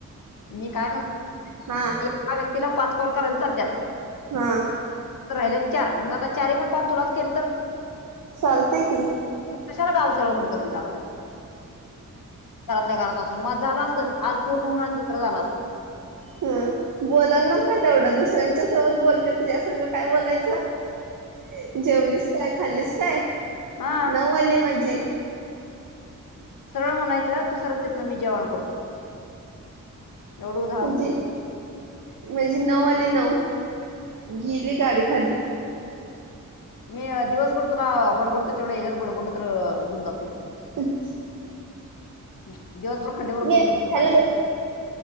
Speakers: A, on the left (about 80°); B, on the right (about 70°).
A: मी काय म्हणात
B: हा
A: एका व्यक्तीला पाच कॉल करायला चालतत
B: हम
A: राहिले चार मग आता चारही पण कॉल तुलाच केल तर
B: चालते की
A: म कशाला गावचं उघडकंडावल्याच आपल्या घरात असून मग झालं असतं आज पूर्ण होऊुस झालं असत
B: हा बोलाल न का तेवढं दुसऱ्यांच्या सोत बोलते तुझ्यासग काय बोलायचं जेवलीस काय खाल्लीच काय
A: हा
B: नऊ आली म्हणजी
A: सरळ म्हणायचं तू सरळ त्या ना मी जेवाण करतो एवढं झालं बोलायचं
B: जी म्हजे नऊ आली नऊ गेली गाडी खाली
A: मी दिवसभर तुला बडबडत तेवढे ह्याच्यात बडबड तर होऊन जात
B: हम्
A: दिवस बरोर खंडे बरोर
B: ये
A: बोलून घेतो
B: हॅलो
A: माझ्यासग